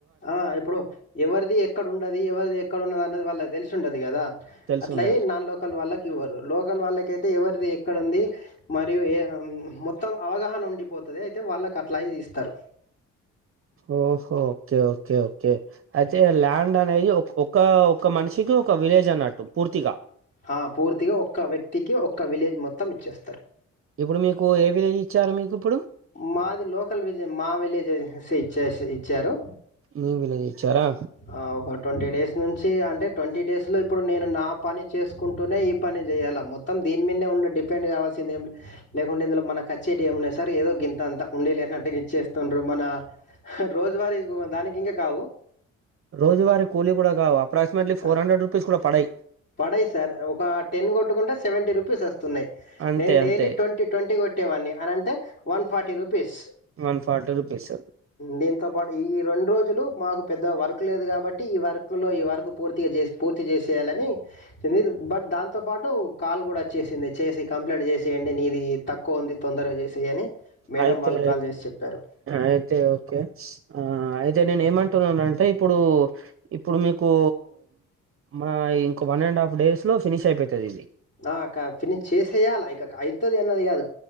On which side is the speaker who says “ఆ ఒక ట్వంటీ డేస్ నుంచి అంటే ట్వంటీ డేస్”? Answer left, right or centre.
Left